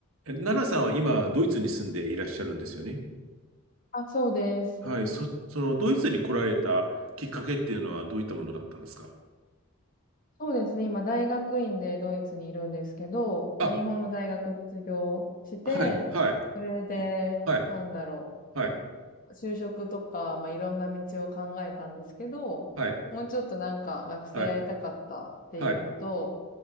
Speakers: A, on the right; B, on the left.
A: え奈々さんは今、ドイツに住んでいらっしゃるんですよね。
B: あ、そうです。
A: はい。そ、その、ドイツに来られたきっかけっていうのはどういったものだったんですか
B: そうですね。今、大学院でドイツにいるんですけど、
A: あ、
B: まあ、日本の大学卒業して、
A: はい、はい、
B: それで、
A: はい、
B: なんだろ
A: はい、
B: う、就職とか、まあ、いろんな道を考えたんですけど、
A: はい、
B: もうちょっとなんか学生やりたかったっていうのと、
A: はい、はい、